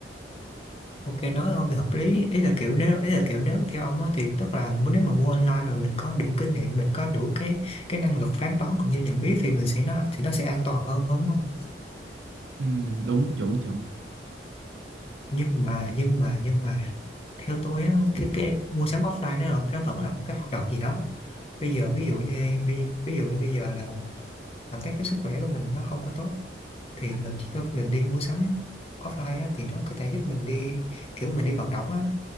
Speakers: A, on the left; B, on the right.
A: Ok nói ông thì hợp lý ý là kiểu nếu ý là kiểu nếu theo ông á thì tức là nếu mà mua online mà mình có đủ kinh nghiệm mình có đủ cái cái năng lực phán đoán cũng như nhận biết thì mình sẽ nó thì nó sẽ an toàn hơn hơn đúng không
B: <laughs> ừ, đúng chuẩn chuẩn
A: nhưng mà nhưng mà nhưng mà theo tôi á cái cái mua sắm offline nó là- nó vẫn là một cái hoạt động gì đó bây giờ ví dụ như ví, ví dụ như bây giờ là cảm thấy cái sức khỏe của mình nó không có tốt thì mình chỉ có mình đi mua sắm offline á, thì nó có thể giúp mình đi kiểu mình đi vận động á,